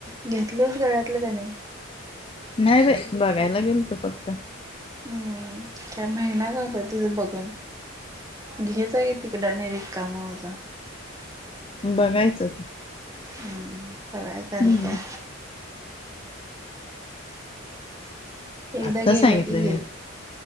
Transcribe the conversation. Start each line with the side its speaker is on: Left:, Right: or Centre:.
Right: घेतलच गळ्यातल का नाही?
Left: नाही बाई बघायला गेलतो फक्त.
Right: हम्म काय महिना झाला तिला बघून बघून हेच आहे. तिकडा नाय रिकाम होता.
Left: बघायचं
Right: हम्म बघयच आणि
Left: हम्म
Right: काय? एकदा
Left: आत्ता
Right: गेलं
Left: सांगितलंय
Right: की गेल